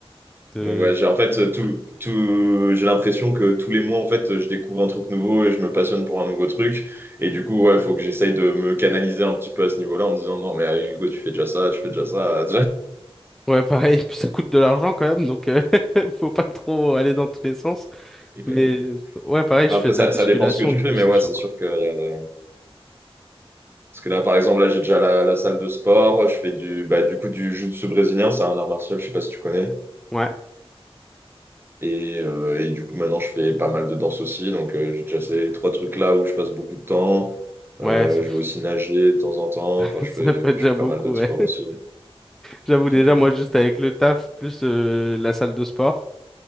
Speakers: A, in the centre; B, on the right.
A: euh,
B: Donc ouais,
A: de...
B: j'ai en fait tout, tout, j'ai l'impression que tous les mois en fait je découvre un truc nouveau et je me passionne pour un nouveau truc et du coup ouais faut que j'essaye de me canaliser un petit peu à ce niveau-là en me disant non mais allez, Hugo tu fais déjà ça tu fais déjà ça
A: Ouais, pareil, puis ça coûte de l'argent quand même, donc euh, <laughs> faut pas trop aller dans tous les sens.
B: <laughs>
A: Mais ouais, pareil,
B: après
A: je fais de
B: ça,
A: la musculation,
B: ça dépend ce que tu
A: du
B: fais
A: coup,
B: mais
A: c'est
B: ouais
A: chaud,
B: c'est
A: quoi.
B: sûr que euh, parce que là par exemple là j'ai déjà la, la salle de sport je fais du bah du coup du jiu-jitsu brésilien c'est un art martial je sais pas si tu connais
A: Ouais,
B: Et, euh, et du coup, maintenant, je fais pas mal de danse aussi. Donc, euh, j'ai déjà ces trois trucs-là où je passe beaucoup de temps. Euh,
A: ouais, ça, f-
B: je vais aussi nager de temps en temps.
A: <laughs>
B: Enfin, je
A: ça
B: fais,
A: fait déjà
B: je fais
A: beaucoup,
B: pas mal d'autres
A: ouais.
B: sports aussi.
A: J'avoue
B: <laughs>
A: déjà, moi, juste avec le taf, plus euh, la salle de sport,